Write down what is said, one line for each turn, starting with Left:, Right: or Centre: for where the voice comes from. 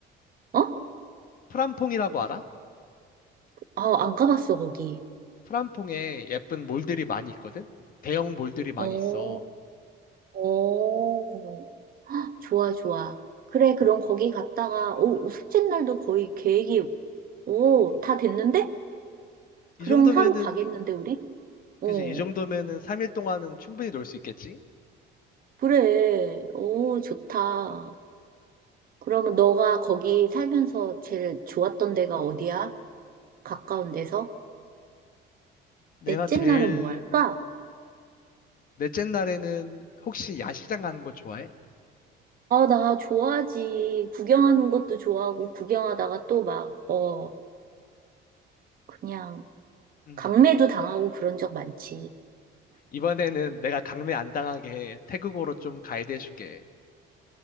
Right: 어?
Left: 프람퐁이라고 알아?
Right: 아, 안 가봤어, 거기.
Left: 프람퐁에 예쁜 몰들이 많이 있거든? 대형 몰들이 많이
Right: 어,
Left: 있어.
Right: 어, 좋아, 좋아. 그래, 그럼 거기 갔다가, 오, 숙제 날도 거의 계획이, 오, 다 됐는데? 그럼
Left: 이 정도면은,
Right: 하루 가겠는데, 우리? 어.
Left: 그지? 이 정도면은 3일 동안은 충분히 놀 수 있겠지?
Right: 그래. 오, 좋다. 그러면 너가 거기 살면서 제일 좋았던 데가 어디야? 가까운 데서?
Left: 내가
Right: 넷째
Left: 제일,
Right: 날은 뭐 할까?
Left: 넷째 날에는 혹시 야시장 가는 거 좋아해?
Right: 아, 나 좋아하지. 구경하는 것도 좋아하고, 구경하다가 또 막, 어, 그냥,
Left: 음.
Right: 강매도 당하고 그런 적 많지.
Left: 이번에는 내가 강매 안 당하게 태국어로 좀 가이드 해줄게.